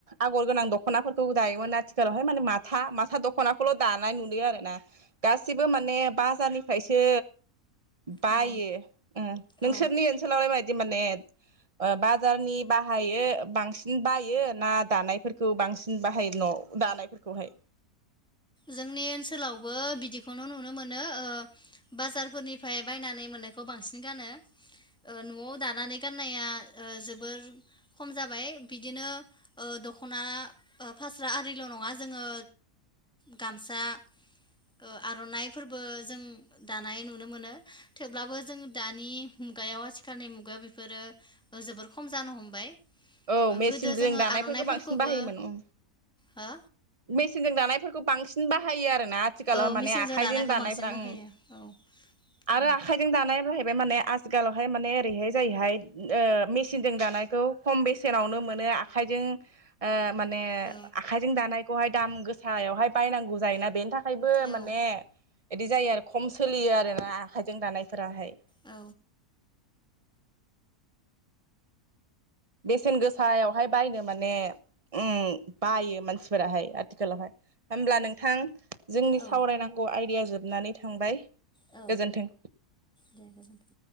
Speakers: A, on the right; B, in the centre.
A: आगर गोनां दखनाफोरखौ दायोमोन आथिखालावहाय माने माथा माथा दख'नाखौल दानाय नुयो आरो ना गासिबो माने बाजारनि फायसो बायो
B: औ
A: ओ नोंसोरनि
B: औ
A: ओनसोलाव ओबायदि माने ओ बाजारनि बाहायो बांसिन बायो ना दानायफोरखौ बांसिन बाहायो? न'आव दानायफोरखौहाय।
B: जोंनि ओनसोलावबो बिदिखौनो नुनो मोनो ओ बाजारफोरनिफ्राय बायनानै मोननायखौ बांसिन गानो ओ नआव दानानै गाननाया ओ जोबोर खम जाबाय बिदिनो ओ दखना ओ फास्रा आरिल नङा जोङो गामसा ओ आरनाइफोरबो जों दानाय नुनो मोनो थेवब्लाबो जों दानि मुगायाव आथिखालनि मुगायाव बेफोरो जोबोर खम जानो हमबाय।
A: औ
B: ओ
A: मेचिन
B: गोदो
A: जों
B: जोङो
A: दानायफोरफोरखौ
B: आर'नाइफोरखौबो
A: बांसिन बाहायोमोन अ
B: हो?
A: मेसिनजों दानायफोरखौ बांसिन बाहायो आरो ना आथिखालाव
B: औ
A: माने
B: मिसिंजों
A: आखाइजों
B: दानायखौ
A: दानायफ्रा
B: बांसिन बाहायो
A: ओं
B: औ औ
A: आरो आखाइजों दानाया जाहैबाय माने आ आथिखालावहाय माने ओरैहाय जायोहाय ओ मेचिनजों दानायखौ खम बेसेनावनो मोनो आखाइजों ओ माने
B: औ
A: आखाइजों दानाय खौहाय दाम गोसायावहाय बायनांगौ जायोना बेनि थाखाय फायबो
B: औ
A: माने बिदि जायो आरो खम सोलियो आरोना आखायजों दानायफोराहाय <inaudible>
B: औ
A: बेसेन गोसायावहाय बायनो माने उम बायो मानसिफोराहाय आथिखालावहाय होमब्ला नोंथां जोंनि
B: औ
A: सावरायनांगौ आयदाया जोब जोबनानै थांबाय।
B: औ
A: गोजोन्थों।
B: दे गोजोनथों